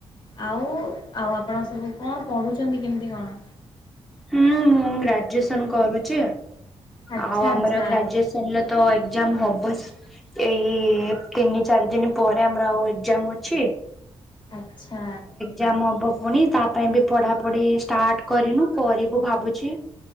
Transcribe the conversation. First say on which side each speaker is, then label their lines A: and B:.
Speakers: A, on the left; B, in the centre.
A: ଆଉଁ ଆଉ ଆପଣ ସବୁ କଣ ପଢୁଚନ୍ତି କେମିତି କଣ?
B: ହୁଁ ମୁଁ ଗ୍ରାଜୁଏସନ୍ କରୁଚି
A: ଆଚ୍ଛା
B: ଆଉ ଆମର
A: ଆଚ୍ଛା
B: ଗ୍ରାଜୁଏସ୍ ହେଲ ତ ଏକ୍ଜାମ ହବ ବସ୍ ଏଇ ଇ ତିନି ଚାରି ଦିନ୍ ପରେ ଆମର ଆଉ ଏଗ୍ଜାମ୍ ଅଛି।
A: ଆଛା।
B: ଯାମ୍ ହବ ପୁଣି ତା ପାଇଁ ବି ପଢା ପଢି ଷ୍ଟାର୍ଟ କରିନୁ କରିବୁ ଭାବୁଛି।